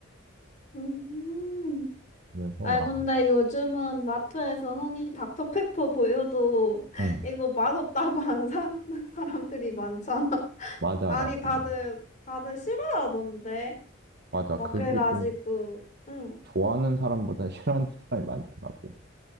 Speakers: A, on the left; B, on the right.
A: 음.
B: 그래서
A: 아,
B: 나,
A: 근데 요즘은 마트에서 흔히 닥터페퍼 보여도 <laughs>
B: 응,
A: 이거 맛없다고 안 사는 사람들이 많잖아. <laughs>
B: 맞아,
A: 아니,
B: 맞아.
A: 다들, 다들 싫어하던데.
B: 맞아.
A: 막
B: 그게
A: 그래가지고,
B: 좀
A: 응.
B: 좋아하는 사람보다 <laughs> 싫어하는 사람이 많더라고.